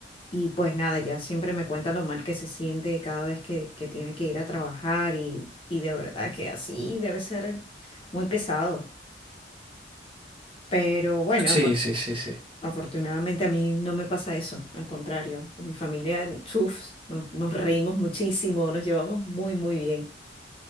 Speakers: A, on the left; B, on the right.
A: Y pues nada, ya siempre me cuenta lo mal que se siente cada vez que, que tiene que ir a trabajar y, y de verdad que así debe ser muy pesado. Pero bueno,
B: Sí,
A: afor-
B: sí, sí, sí.
A: afortunadamente a mí no me pasa eso, al contrario, con mi familia, chuf, nos, nos reímos muchísimo, nos llevamos muy, muy bien,